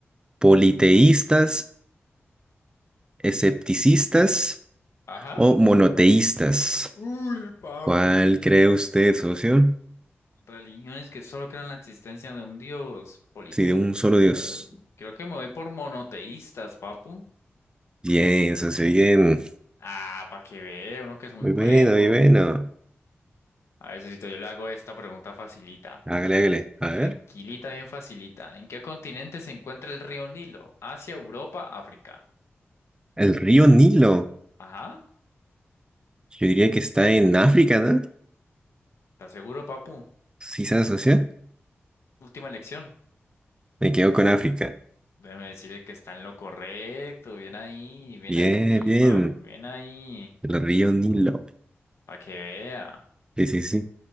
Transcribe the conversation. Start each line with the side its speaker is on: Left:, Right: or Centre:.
Right: politeístas, escepticistas
Left: Ajá.
Right: o monoteístas.
Left: Uy, papu.
Right: ¿Cuál cree usted, socio?
Left: Religiones que solo crean la existencia de un dios politeísta.
Right: Si de un solo Dios.
Left: Creo que me voy por monoteístas, papu.
Right: Bien, socio, bien.
Left: Ah, para que vea, uno que es muy
Right: Muy
Left: bueno.
Right: bueno, muy bueno.
Left: A ver, Sosito, yo le hago esta pregunta facilita.
Right: Hágale, hágale. A ver.
Left: Tranquilita, bien facilita. ¿En qué continente se encuentra el río Nilo? Asia, Europa, África.
Right: El río Nilo.
Left: Ajá,
Right: Yo diría que está en África, ¿no?
Left: ¿estás seguro, papu?
Right: Sí, ¿sabes, socio?
Left: Última elección.
Right: Me quedo con África.
Left: Déjeme decirle que está en lo correcto. Bien ahí, bien
Right: Bien,
Left: ahí,
Right: bien.
Left: papu, bien ahí.
Right: El río Nilo.
Left: Para que vea.
Right: Sí, sí, sí.